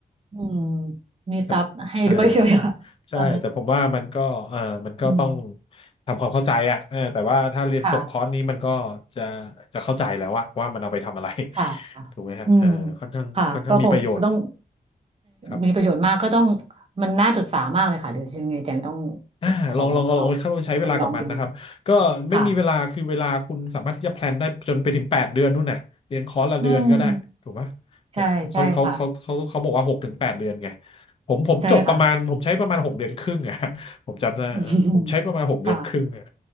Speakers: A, on the right (about 35°); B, on the left (about 35°).
A: อืมมีซับให้ด้วยใช่ไหมคะเออ
B: แต่เออใช่แต่ผมว่ามันก็เออมันก็ต้อง
A: อืม
B: ทำความเข้าใจอ่ะเออแต่ว่าถ้าเรียนจบคอร์สนี้มันก็จะ
A: ค่ะ
B: จะเข้าใจแล้วว่าว่ามันเอาไปทำอะไร
A: ค่ะ
B: <laughs> ถูกไหมฮะเออค่อนข้างค่อนข้างมีประโยชน์
A: อืมค่ะก็คงต้อง
B: ครับ
A: มีประโยชน์มากก็ต้องมันน่าศึกษามากเลยค่ะเดี๋ยวยังไงแจงต้อง
B: อ่าลองลองลองไปเข้าใช้เวลากับมันนะครับก็ไม่มีเวลาคือเวลาคุณสามารถที่จะแพลนได้จนไปถึงแปดเดือนนู่นน่ะเรียนคอร์สละเดือนก็ได้ถูกปะเนี่ยเขาเขาเขาเขาเขาบอกว่าหกถึงแปดเดือนไง
A: ขอเข้าไปลองดูค่ะอืมใช่ใช่ค่ะ
B: ผมผมจบประมาณผมใช้ประมาณหกเดือนครึ่งอะ
A: ใช่ค่ะ
B: <laughs> ผมจำได้เออผมใช้ประมาณหกเดือนครึ่งอะ
A: <laughs> อืมค่ะ